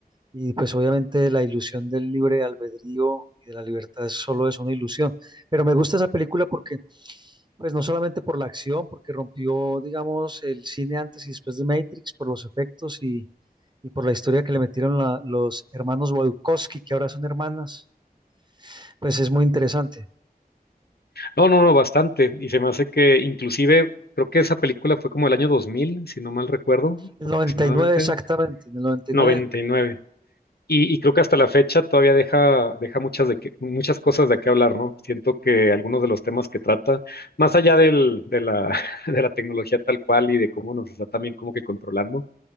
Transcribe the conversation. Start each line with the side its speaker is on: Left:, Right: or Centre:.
Right: y pues obviamente la ilusión del libre albedrío y de la libertad es solo es una ilusión. Pero me gusta esa película porque Pues no solamente por la acción, porque rompió, digamos, el cine antes y después de Matrix, por los efectos y, y por la historia que le metieron la- los hermanos Wachowski, que ahora son hermanas, pues es muy interesante.
Left: No, no, no, bastante. Y se me hace que inclusive creo que esa película fue como el año 2000 si no mal recuerdo,
Right: El
Left: aproximadamente
Right: 99, exactamente, en el 99,
Left: 99. Y, nueve. y y creo que hasta la fecha todavía deja, deja muchas, de que- muchas cosas de qué hablar, ¿no? Siento que algunos de los temas que trata, más allá del- de la, <laughs> de la tecnología tal cual y de cómo nos está también como que controlando,